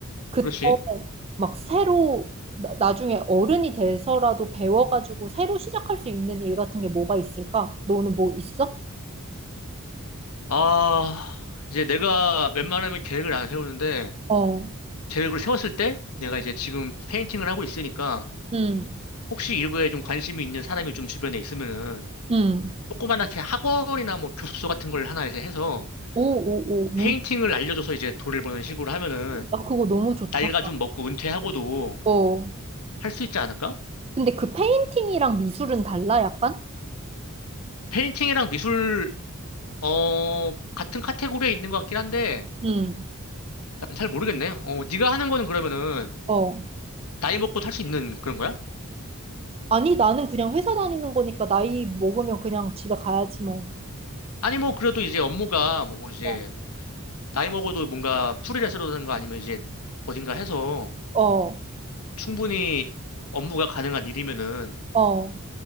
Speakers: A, on the right; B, on the left.
A: 그때
B: 그렇지?
A: 막 새로 나, 나중에 어른이 돼서라도 배워가지고 새로 시작할 수 있는 일 같은 게 뭐가 있을까? 너는 뭐 있어?
B: 아, 이제 내가 웬만하면 계획을 안 세우는데
A: 어,
B: 계획을 세웠을 때 내가 이제 지금 페인팅을 하고 있으니까
A: 응,
B: 혹시 이거에 좀 관심이 있는 사람이 좀 주변에 있으면은
A: 응.
B: 조그만하게 학원이나 뭐 교습소 같은 걸 하나 이제 해서
A: 오, 오, 오, 무슨,
B: 페인팅을 알려줘서 이제 돈을 버는 식으로 하면은
A: 나 그거 너무 좋다.
B: 나이가 좀 먹고 은퇴하고도
A: 어.
B: 할 수 있지 않을까?
A: 근데 그 페인팅이랑 미술은 달라, 약간?
B: 페인팅이랑 미술 어 같은 카테고리에 있는 것 같긴 한데
A: 응,
B: 난 잘 모르겠네. 어 네가 하는 거는 그러면은
A: 어.
B: 나이 먹고 할 수 있는 그런 거야?
A: 아니, 나는 그냥 회사 다니는 거니까 나이 먹으면 그냥 집에 가야지, 뭐.
B: 아니 뭐 그래도 이제 업무가 뭐 이제
A: 어,
B: 나이 먹어도 뭔가 프리랜서라든가 아니면 이제 어딘가 해서
A: 어.
B: 충분히 업무가 가능한 일이면은
A: 어.